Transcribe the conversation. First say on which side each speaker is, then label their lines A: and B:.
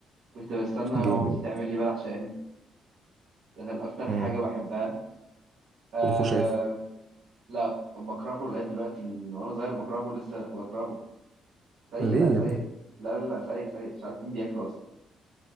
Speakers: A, on the right; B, on the right.
A: كنت بستنى
B: <laughs>
A: مامتي
B: جامد
A: تعمل لي بلح شام ده كان اكتر حاجه
B: امم
A: بحبها آه
B: والخشاف
A: لا بكرهه لغايه دلوقتي من وانا صغير بكرهه لسه بكرهه سيء
B: ليه
A: لا سيء
B: يا ابني؟
A: لا لا لا سيء سيء مش عارف مين بياكله اصلا